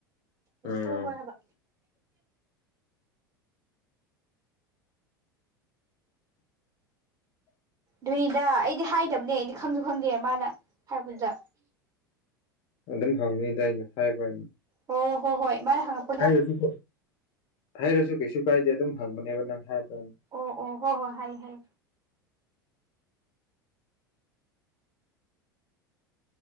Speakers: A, on the left; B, on the right.
A: ꯎꯝ
B: ꯍꯣ ꯍꯣꯏ ꯍꯥꯏꯕ
A: <inaudible>
B: ꯗꯨꯅꯤꯗ ꯑꯩꯗꯤ ꯍꯥꯏꯗꯕꯅꯦ ꯑꯩꯗꯤ ꯈꯪꯁꯨ ꯈꯪꯗꯦ ꯃꯥꯅ ꯍꯥꯏꯔꯛꯄꯗꯨꯗ
A: ꯑꯗꯨꯝ ꯍꯪꯕꯅꯤꯗ ꯑꯩꯅ ꯍꯥꯏꯕ
B: ꯑꯣ ꯍꯣ ꯍꯣꯏ ꯃꯥꯅ ꯍꯪꯉꯛ
A: ꯍꯥꯏꯔꯁꯨ ꯍꯥꯏꯔꯁꯨ ꯀꯩꯁꯨ ꯀꯥꯏꯗꯦ ꯑꯗꯨꯝ ꯍꯪꯕꯅꯦꯕ ꯅꯪ ꯍꯥꯏꯕꯔꯅ
B: ꯑꯣ ꯑꯣ ꯍꯣ ꯍꯣ ꯍꯥꯏ ꯍꯥꯏ